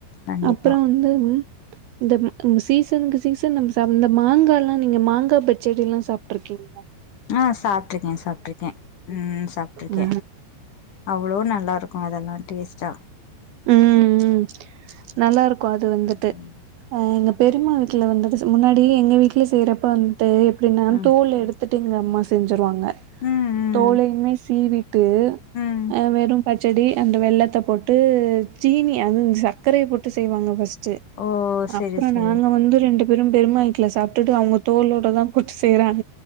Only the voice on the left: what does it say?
கண்டிப்பா
ஆ சாப்ட்ருக்கே சாப்ட்ருக்கே ம் ம் சாப்ட்ருக்கே
அவ்ளோ நல்லாருக்கு அதெல்லா டேஸ்ட்டா
ம் ம்
ம்
ம் ம்
ம்
ஓ செரி
செரி